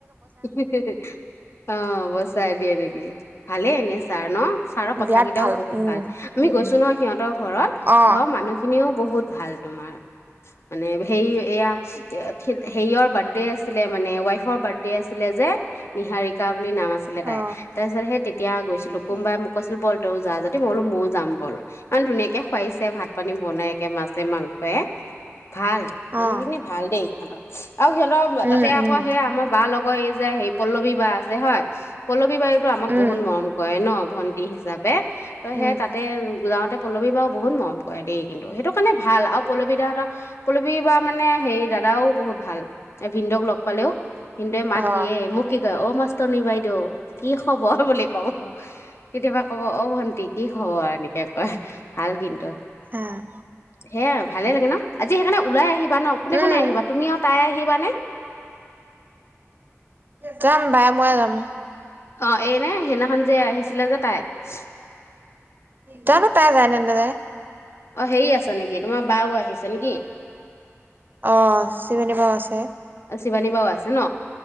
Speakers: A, on the left; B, on the right.
A: হিহিহিহিহি অ বছাই দিয়ে নেকি ভালে এনে ছাৰ ন ছাৰৰ কথা
B: বিৰাট
A: কেইটাও বহুত
B: উম
A: ভাল আমি
B: উম
A: গৈছো নহ সিহঁতৰ ঘৰত
B: অ
A: ঘৰৰ মানুহখিনিও বহুত ভাল তোমাৰ মানে সেই এয়া সেয়ৰ বাৰ্থডে আছিলে মানে ৱাইফৰ বাৰ্থডে আছিলে আছিলে যে নিহাৰিকা বুলি নাম আছিলে তাইৰ‌
B: অ
A: তাৰপিছত সেই এতিয়া গৈছিলো কোনোবাৱ
B: অ
A: মোক কৈছিলো বল আৰু যা যাতি মই বোলো ম‌ইও যাম ব'ল ইমান ধুনীয়াকে খুৱাইছে ভাত পানী বনাই একে মাছে মাংসয়ে ভাল মানুহখিনি
B: অ
A: ভাল দেই হেল্ল' আৰু সিহতৰ
B: উম
A: তাতে
B: উম
A: আকৌ সেই আমাৰ বা লগ অ', এই যে, হেই পল্লৱী বা আছে হয়', - পল্লৱী- পি বাইয়েতো আমাক
B: উম
A: বহুত মৰম কৰে ন ভণ্টি হিচাপ দেহ, তই সেই
B: উম
A: তাতে, - তাকে পল্লৱী বা বহুত মৰম কৰে দেই কিন্তু সেইটো কাৰণে ভাল আৰু পল্লৱী দা হতৰ পল্লৱী বা মানে হেৰি দাদাও বহুত ভাল ভিনদেউক লগ পালেও কিন
B: অ
A: দিয়ে, মোক কি', কয় অ', মাষ্টনী-বাইদেউ কি খবৰ বুলি কব, কেতিয়াবা কব অ ভণ্টি কি খবৰ নিতে কয় ভাল কিন্তু
B: হঃ-
A: সেয়া ভালে লাগে ন আজি সেইকাৰণে ওলাই আহিব হোৱাত ন', কোনে
B: উম
A: -কোনে আহিবা তুমি আৰু তাই আহিব, খোৱানে?
B: যাম বাই, ময়ে যাম।
A: অ এইনে সেইদিনাখন যে আহিছিলে যে তাই সু
B: জানো তাই যায়নে নেযায়
A: অ ', হেৰি আছে নেকি? তোমাৰ বাও আহিছে নেকি?
B: অ শিৱানী বা আছে
A: শিৱানী বাও আছে ন